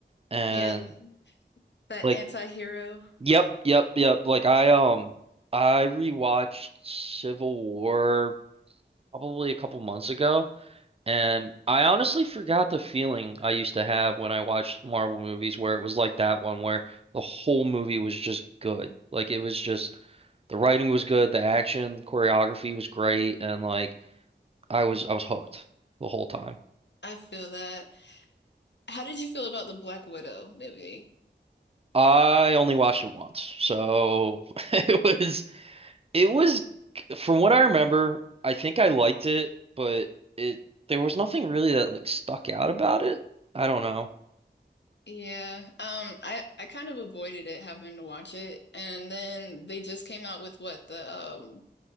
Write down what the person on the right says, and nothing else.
And
like,
yep, yep, yep. Like I um I rewatched Civil War probably a couple months ago. And I honestly forgot the feeling I used to have when I watched Marvel movies where it was like that one where the whole movie was just good. Like it was just the writing was good, the action, choreography was great, and like I was I was hooked the whole time.
I only watched it once. So <laughs> it was it was from what I remember, I think I liked it, but it there was nothing really that like stuck out about it. I don't know.